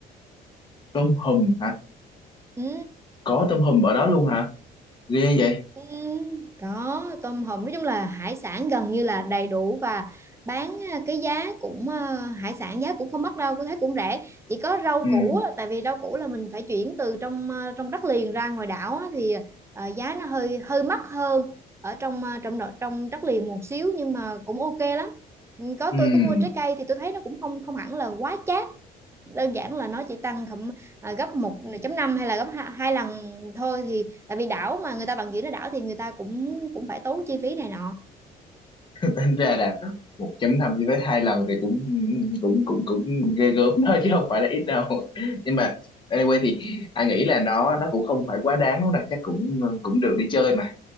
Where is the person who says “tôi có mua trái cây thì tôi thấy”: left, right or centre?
Right